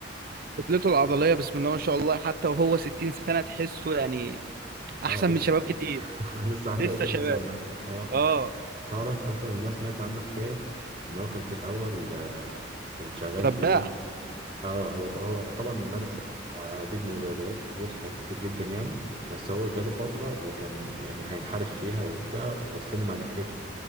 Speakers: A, on the right; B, on the right.
A: كتلته العضليه بسم الله ما شاء الله حتى وهو 60 سنه تحسه يعني
B: اه
A: احسن
B: لسه
A: من شباب كتير
B: <laughs> لسه عنده
A: لسه
B: 20
A: شباب
B: سنة اه
A: اه
B: تعرف اصلا الناس سمعت عنه حكاية ان هو كان في الاول آه، كان شغال
A: سباح
B: ايه اه هو هو طبعا مارس عديد من الرياضيات كتير حاجات كتير جدا يعني بس هو جاله فترة وكان يعني هينحرف فيها وبتاع والسينما لحقته